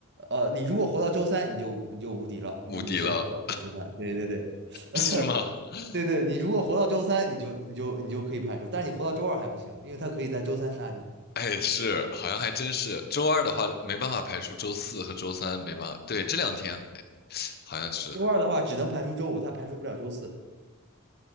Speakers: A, on the right (about 55°); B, on the left (about 45°).
A: 呃，你如果活到周三，你就你就无敌了，你就没事儿了，
B: 无敌了，
A: 就要被吃饭。对对对，<laughs>
B: 是吗？<laughs>
A: 对对，你如果活到周三，你就你就你就可以排除，但是你活到周二还不行，因为他可以在周三杀你。
B: 哎，是，好像还真是。周二的话没办法排除周四和周三，没办法。对，这两天，哎，好像是。
A: 周二的话只能排除周五，他排除不了周四，